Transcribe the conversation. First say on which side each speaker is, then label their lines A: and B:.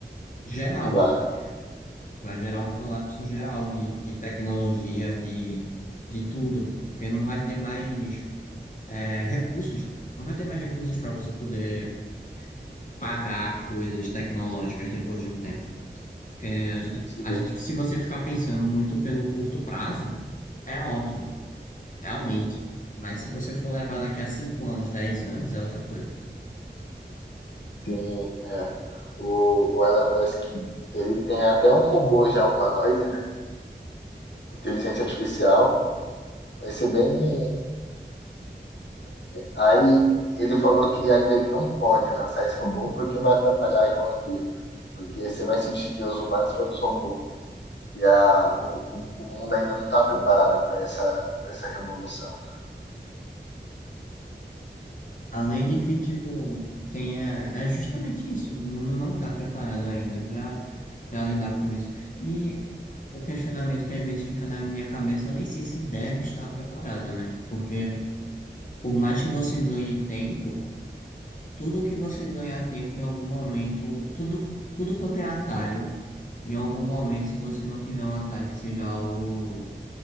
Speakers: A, on the left; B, on the left.
A: geral,
B: Vai,
A: vai gerar um colapso geral de, de tecnologia, de, de tudo, porque não vai ter mais é, recursos, não vai ter mais recursos para você poder pagar coisas tecnológicas depois de um tempo. Porque a gente,
B: sim,
A: a gente, se você ficar pensando muito pelo curto prazo, é ótimo. Realmente. Mas se você for levar daqui a 5 anos, 10 anos, é outra coisa.
B: sim, é. O, o Elon Musk, ele tem até um robô já humanoide, né? inteligência artificial. Vai ser bem. Aí ele falou que ainda ele não pode lançar esse robô porque vai atrapalhar a economia, porque você vai substituir os humanos pelos robôs. E a, o, o mundo ainda não está preparado para essa, pra essa revolução.
A: Além de que, tipo, tem, é, é justamente isso. O mundo não está preparado ainda para para lidar com isso. E o questionamento que às vezes fica na minha cabeça, eu nem sei se deve estar preparado, né? Porque por mais que você ganhe tempo, tudo que você ganhar tempo em algum momento, tudo, tudo quanto é atalho, em algum momento, se você não tiver um atalho que seja algo